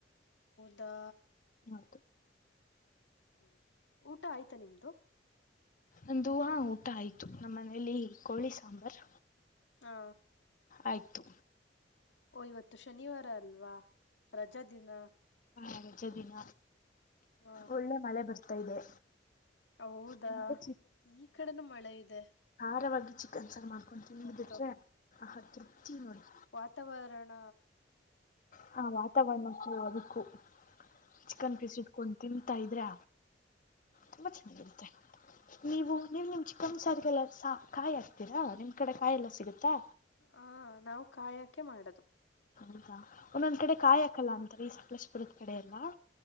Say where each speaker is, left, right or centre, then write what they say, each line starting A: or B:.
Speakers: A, on the left (about 85°); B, on the left (about 45°).
A: ದಾ
B: ಹೌದು
A: ಹ್ಮ್ ಊಟ ಆಯ್ತಾ ನಿಮ್ದು
B: ಒಂದು ಊಟ ಆಯ್ತು ನಮ್ಮ ಮನೆಯಲ್ಲಿ ಕೋಳಿ ಸಾಂಬಾರ್
A: ಹಾ
B: ಆಯ್ತು
A: ಓ ಇವತ್ತು ಶನಿವಾರ ಅಲ್ವಾ ರಜಾ ದಿನ
B: ಹ ರಜೆ ದಿನ
A: ಹ
B: ಒಳ್ಳೆ ಮಳೆ ಬರ್ತಾ ಇದೆ
A: ಹೌದಾ
B: ಮುಂದೆ
A: ಈ ಕಡೆನು ಮಳೆ ಇದೆ
B: ಆಹಾರವಾಗಿ ಚಿಕನ್ ಸಲ್ ಮಾಡ್ಕೊಂತೀವಿ
A: ಇವತ್ತು
B: ನಿದೆ ಆಹ ತೃಪ್ತಿ ನೋಡ್
A: ವಾತಾವರಣರಣ
B: ಹ ವಾತಾವರ್ರಣಕ್ಕೆ ಅದಕ್ಕು ಚಿಕನ್
A: ಹ್ಮ್
B: ಪೀಸ್ ಇಟ್ಕೊ ತಿನ್ ತ ಇದ್ರೆ ತುಂಬ ಚೆನ್ನಾಗಿರುತ್ತೆ ನೀವು ನೀವು ನಿಮ್ ಚಿಕ್ಕನ್ ಸಾರಿಗೆಲ್ಲ ಕಾಯಿ ಹಾಕ್ತೀರಾ ನಿಮ ಕಡೆ ಕಾಯಿಲ್ಲ ಸಿಗುತ್ತಾ
A: ಹ ನಾವು ಕಾಯಕೆ ಮಾಡದು
B: ಹೌದಾ ಒಂದೊಂದ್ ಕಡೆ ಕಾಯಾಕಲ್ಲ
A: ಹ್ಮ್
B: ಅಂತಾರೆ ಈ ಸಲೇಶಪುರದ ಕಡೆ ಎಲ್ಲ